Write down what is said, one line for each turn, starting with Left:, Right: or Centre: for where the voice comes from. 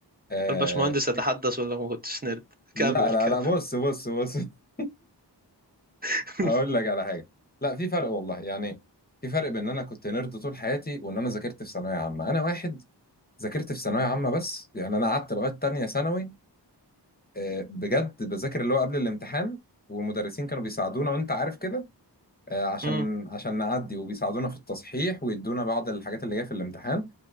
Left: آه
Right: الباشمهندس يتحدث ولا ما كنتش نرد
Left: لا
Right: كمل
Left: لا
Right: كمل
Left: لا بص بص بص <laughs>
Right: <laughs>
Left: هقول لك على حاجه لا في فرق والله يعني في فرق بين ان انا كنت نيرد طول حياتي وان انا ذاكرت في ثانويه عامه انا واحد ذاكرت في ثانويه عامه بس يعني انا قعدت لغايه تانية ثانوي آه، بجد بذاكر اللي هو قبل الامتحان والمدرسين كانوا بيساعدونا وانت عارف كده آه، عشان
Right: مم.
Left: عشان نعدي وبيساعدونا في التصحيح ويدونا بعض الحاجات اللي جايه في الامتحان